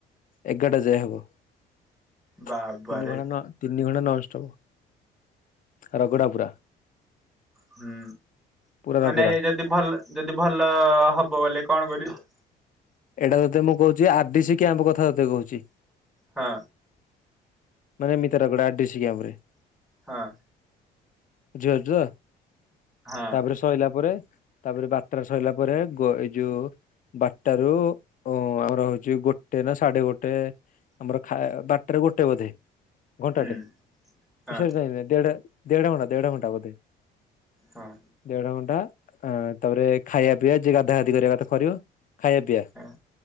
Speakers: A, on the left; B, in the centre.
A: ଏଗାରଟା ଯାଏଁ ହବ
B: ବାବାରେ
A: ତିନି ଘଣ୍ଟା ନ ତିନି ଘଣ୍ଟା ନନଷ୍ଟପ ରଗଡା ପୁରା
B: ହୁଁ
A: ପୁରା
B: ମାନେ
A: ରଗଡା।
B: ଯଦି ଭଲ ଯଦି ଭଲ ହବ ବୋଲେ କଣ କରିବୁ?
A: ଏଇଟା ତତେ ମୁଁ କହୁଛି ଆରଡିସି କ୍ୟାମ୍ପକଥା ତତେ କହୁଛି।
B: ହଁ।
A: ମାନେ ଏମିତି ରଗଡା ଡିସି କ୍ୟାମ୍ପରେ
B: ହଁ।
A: ଜୁଆ ଜୁଆ
B: ହଁ
A: ତାପରେ ସୋଇଲା ପରେ ତାପରେ ବାରଟାରେ ସୋଇଲା ପରେ ଏଇ ଯୋଉ ବାରଟାରୁ ଉୁଁ ଆମର ହଉଛି ଗୋଟେନା ସାଢେ ଗୋଟେ। ଆମର ଖା ବାରଟାରୁ ଗୋଟେ ବୋଧେ। ଘଣ୍ଟାଟେ
B: ହୁଁ ହଁ
A: ସରି ଦେଢ ଦେଢଘଣ୍ଟା ଦେଢଘଣ୍ଟା ବୋଧେ।
B: ହଁ।
A: ଦେଢଘଣ୍ଟା ତାପରେ ଖାଇବା ପିଇବା ଯିଏ ଗାଧାଗାଧି କରିବା କଥା କରିବ। ଖାଇବା ପିଇବା
B: ହଁ